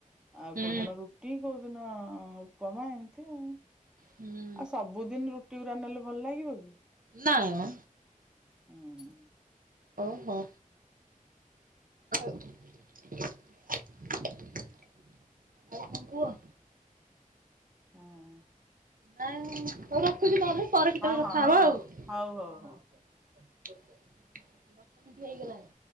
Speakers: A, in the centre; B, on the right.
A: ଆଉ
B: ହୁଁ
A: କୋଉଦିନ ରୁଟି କୋଉଦିନ ଉପମା ଏମିତି ଆଉ।
B: ହୁଁ
A: ଆଉ ସବୁଦିନ ରୁଟି ଗୁରା ନେଲେ ଭଲ ଲାଗିବ କି?
B: ନାଇଁ ମ।
A: ହୁଁ।
B: ଓହୋ ଆଉ। <unintelligible> ଆଉ କଣ କୁହ?
A: ହୁଁ।
B: ନାଇଁ ହଉ ରଖୁଛି ନହେଲେ ପରେ କେତେବେଳେ କଥା
A: ହଁ
B: ହବା ଆଉ। ଦଶ
A: ହଉ ହଉ ହଉ।
B: ମିନିଟ୍ ହେଇଗଲାଣି।